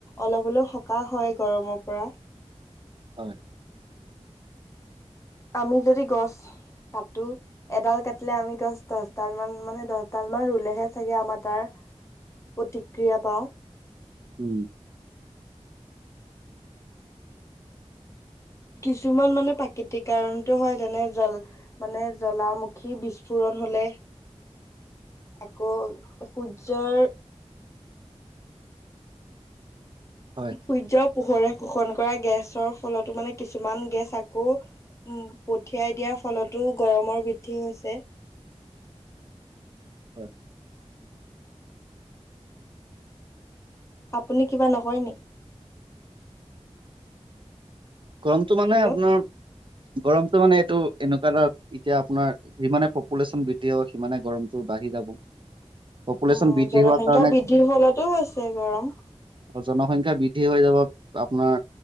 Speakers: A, on the left (about 25°); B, on the right (about 45°).
A: অলপ অলপ থকাহ হয় গৰমৰ পৰা
B: হয়
A: আমি যদি গছ কটোো এডাল কাটিলে আমি গছ দহডাল মান মানে দহডাল মান ৰুলেহে চাগে আমাৰ তাৰ প্ৰতিক্ৰিয়া পাওঁ
B: উম
A: কিছুমান মানে প্ৰাকৃতিক কাৰণতটো হয় যেনে জল মানে জ্বলামুখী বিস্ফোৰণ হলে
B: <unintelligible>
A: আকৌ সূৰ্যৰ
B: হয়
A: সূৰ্য পোহৰে শোষণ কৰা গেছ ফলতো মানে কিছুমান গেছ আকৌ উ পাই দিয়াৰ ফলতো গৰমৰ পঠও আছে
B: হয়
A: আপুনি কিবা নকয় নি
B: গৰমতটো মানে
A: হেল্ল'
B: আপোনাৰ গৰমতটো মানে এইটো এনেকুৱা এটা এতিয়া আপোনাৰ যিমানে পপুলেশ্যন বৃদ্ধি হ'ব সিমানে গৰম বাঢ়ি যাব পপুলেশ্যন
A: অ
B: বৃদ্ধি
A: জনসংখ্যা
B: হোৱাৰ কাৰণে
A: বৃদ্ধিৰ ফলতোও আছে গৰম
B: জনসংখ্যা বৃদ্ধি হৈ যাব আপোনাৰ